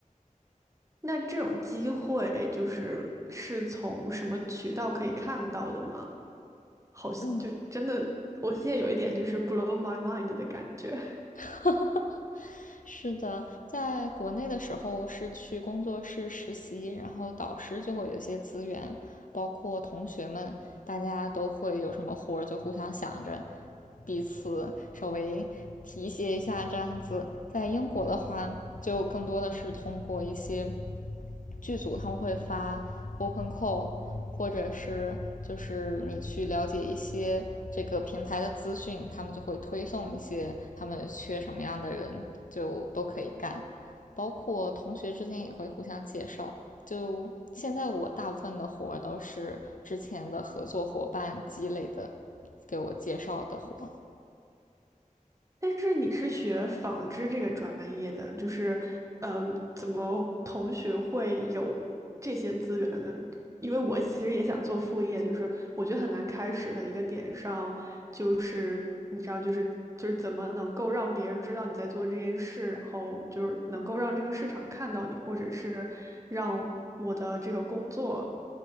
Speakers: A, on the right (about 20°); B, on the left (about 70°).
A: 那这种机会就是是从什么渠道可以看到的吗？好，
B: 嗯，
A: 就真的，我现在有一点就是 blow my mind 的感觉。
B: <laughs> 是的，在国内的时候是去工作室实习，然后导师就会有一些资源，包括同学们，大家都会有什么活儿就互相想着，彼此稍微提携一下这样子。在英国的话，就更多的是通过一些剧组，他们会发 open call，或者是就是你去了解一些这个平台的资讯，他们就会推送一些他们缺什么样的人，就都可以干。包括同学之间也会互相介绍。就现在我大部分的活都是之前的合作伙伴积累的，给我介绍的活
A: 但是你是学纺织这个专业的，就是，嗯，怎么同学会有这些资源呢？因为我其实也想做副业，就是我觉得很难开始的一个点上，就是你知道，就是就是怎么能够让别人知道你在做这件事，然后就是能够让这个市场看到你，或者是让我的这个工作